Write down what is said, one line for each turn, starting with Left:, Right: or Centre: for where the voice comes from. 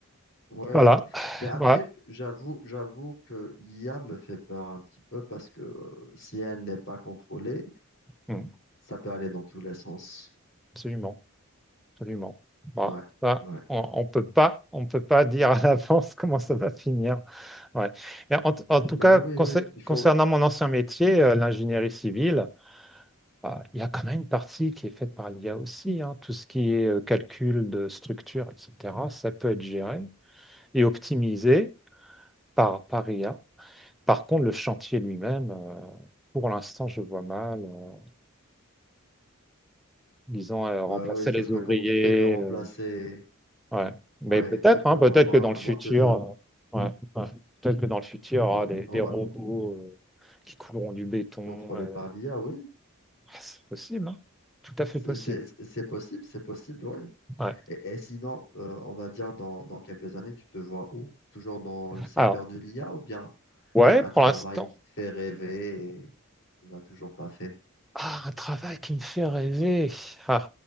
Left: Ouais,
Centre: Voilà,
Left: mais, mais après,
Centre: voilà,
Left: j'avoue, j'avoue que l'IA me fait peur un petit peu parce que euh, si elle n'est pas contrôlée,
Centre: Mm,
Left: ça peut aller dans tous les sens.
Centre: absolument, absolument. Voilà.
Left: Ouais,
Centre: Ça,
Left: ouais.
Centre: on, on peut pas, on peut pas dire à l'avance <laughs> comment ça va finir. Ouais. Mais en, en tout
Left: Bah
Centre: cas,
Left: oui,
Centre: concer-
Left: oui, il faut.
Centre: concernant mon ancien métier, euh, l'ingénierie civile, Ah, il y a quand même une partie qui est faite par l'IA aussi, hein. Tout ce qui est euh, calcul de structure, etc., ça peut être géré et optimisé par, par IA. Par contre, le chantier lui-même, euh, pour l'instant, je vois mal, euh, disons, euh,
Left: Bah
Centre: remplacer
Left: oui, ça
Centre: les
Left: sera
Centre: ouvriers.
Left: compliqué de remplacer.
Centre: euh, ouais. Mais
Left: Ouais,
Centre: peut-être,
Left: exactement.
Centre: hein, peut-être
Left: À moins,
Centre: que dans
Left: à
Centre: le futur,
Left: moins que Dom.
Centre: euh, ouais, ouais. Peut-être que dans le futur, il y aura
Left: Ouais,
Centre: des,
Left: on
Centre: des
Left: va
Centre: robots euh, qui couleront du béton.
Left: contrôler
Centre: euh.
Left: par l'IA, oui.
Centre: Ah, c'est possible, hein. Tout à fait
Left: C'est
Centre: possible.
Left: c'est- c'est possible, c'est possible, oui.
Centre: Ouais.
Left: Et, et sinon, euh, on va dire dans, dans quelques années, tu te vois où? Toujours dans le secteur
Centre: Alors,
Left: de l'IA ou bien
Centre: ouais,
Left: Il y a un
Centre: pour
Left: travail
Centre: l'instant,
Left: qui te fait rêver et tu ne l'as toujours pas fait.
Centre: Ah, un travail qui me fait rêver. Ah,